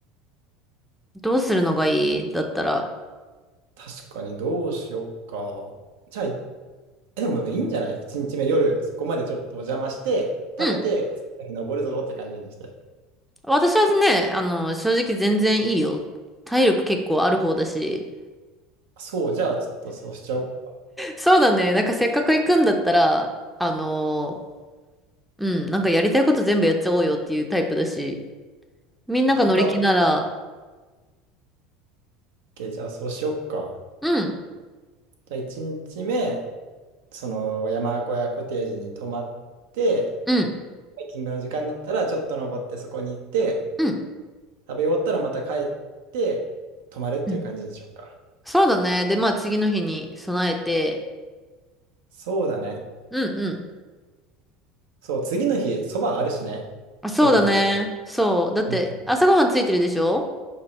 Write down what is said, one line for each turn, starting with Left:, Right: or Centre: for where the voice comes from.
Centre: どうするのがいいだったら。
Right: 確かにどうしようか。じゃあ、いえでもいいんじゃない ?1 日目夜そこまでちょっとお邪魔して、
Centre: うん
Right: 食べて、次の日登るぞって感じにして。
Centre: 私はね、あの、正直全然いいよ。体力結構ある方だし。
Right: そう、じゃあちょっとそうしちゃおうか。
Centre: そうだね。なんかせっかく行くんだったら、あの、うん、なんかやりたいこと全部やっちゃおうよっていうタイプだし。みんなが乗り気なら、
Right: わかった。OK じゃあそうしようか。
Centre: うん、
Right: じゃあ1日目、その山小屋コテージに泊まって、
Centre: うん、
Right: ハイキングの時間になったらちょっと登ってそこに行って、
Centre: うん、
Right: 食べ終わったらまた帰って泊まるっていう感じにしようか。
Centre: うんそうだね。で、まあ次の日に備えて、
Right: そうだね。
Centre: うん、うん。
Right: そう、次の日、そばあるしね。
Centre: あ、そうだね。
Right: 降りた後。
Centre: そう。だって朝ごはんついてるでしょ
Right: うんうん